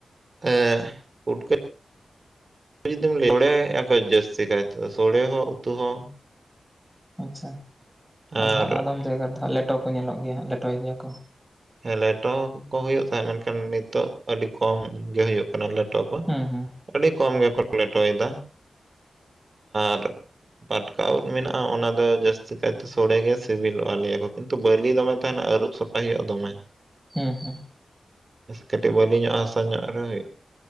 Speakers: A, on the right; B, in the centre.
A: ᱮ ᱩᱴᱠᱼᱼ ᱡᱩᱫᱤᱢ ᱞᱟᱹᱭᱟ ᱥᱚᱲᱮ ᱭᱮᱜ-ᱟᱠᱚ ᱡᱟᱹᱥᱛᱤ ᱠᱟᱭ ᱛᱮᱫᱚ ᱥᱲᱮ ᱦᱚᱸ ᱩᱛᱩ ᱦᱚᱸ᱾
B: ᱟᱪᱷᱟ ᱟᱫᱚ
A: ᱟᱨ
B: ᱦᱟᱸᱜ ᱟᱫᱚᱢ ᱡᱟᱭᱜᱟ ᱨᱮᱫᱚ ᱦᱟᱸᱜ ᱞᱮᱴᱚ ᱠᱚ ᱧᱮᱞᱚᱜ ᱜᱮᱭᱟ ᱦᱟᱸᱜ ᱞᱮᱴᱚᱭ ᱜᱮᱭᱟ ᱠᱚ᱾
A: ᱦᱮᱸ ᱞᱮᱴᱚ ᱠᱚ ᱦᱩᱭᱩᱜ ᱛᱟᱦᱮᱸᱫ ᱢᱮᱱᱠᱷᱟᱱ ᱱᱤᱛᱚᱜ ᱟᱹᱰᱤ ᱠᱚᱢ ᱜᱮ ᱦᱩᱭᱩᱜ ᱠᱟᱱᱟ ᱞᱮᱴ ᱞᱮᱴᱚ ᱠᱚ
B: ᱦᱩᱸ ᱦᱩᱸ
A: ᱟᱹᱰᱤ ᱠᱚᱢ ᱜᱮᱠᱚ ᱞᱮᱴᱚᱭᱮᱫᱟ ᱟᱨ ᱯᱟᱴᱠᱟ ᱩᱫ ᱢᱮᱱᱟᱜᱼᱟ ᱚᱱᱟ ᱫᱚ ᱡᱟᱹᱥᱛᱤ ᱠᱟᱭᱛᱮ ᱥᱚᱲᱮᱜᱮ ᱥᱤᱵᱤᱞᱚᱜᱼᱟ ᱞᱟᱹᱭᱟᱠᱚ ᱠᱤᱱᱛᱩ ᱵᱟᱹᱞᱤ ᱫᱚᱢᱮ ᱛᱟᱦᱮᱱᱟ ᱟᱹᱨᱩᱵᱼᱼ ᱥᱟᱯᱷᱟᱭ ᱦᱩᱭᱩᱜᱼᱟ ᱫᱚᱢᱮ᱾
B: ᱦᱮᱸ ᱦᱮᱸ
A: ᱠᱟᱹᱴᱤᱡ ᱵᱟᱹᱞᱤᱧᱚᱜ ᱦᱟᱥᱟ ᱧᱚᱜ ᱨᱮᱦᱚᱸ ᱦᱩᱭᱩᱜᱼᱟ᱾